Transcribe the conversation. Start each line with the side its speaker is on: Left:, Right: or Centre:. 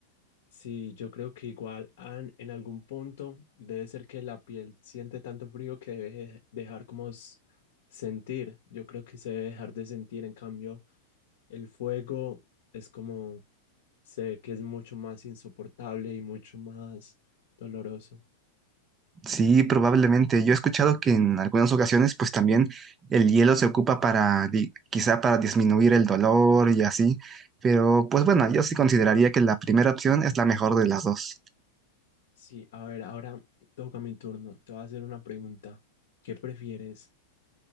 Left: sí, yo creo que igual an- en algún punto debe ser que la piel siente tanto frío que debe dejar como s- sentir, yo creo que se debe dejar de sentir, en cambio el fuego es como, sé que es mucho más insoportable y mucho más doloroso.
Right: Sí, probablemente. Yo he escuchado que en algunas ocasiones, pues también el hielo se ocupa para, di- quizá para disminuir el dolor y así. Pero, pues bueno, yo sí consideraría que la primera opción es la mejor de las dos.
Left: Sí, a ver, ahora toca mi turno, te voy a hacer una pregunta, ¿qué prefieres?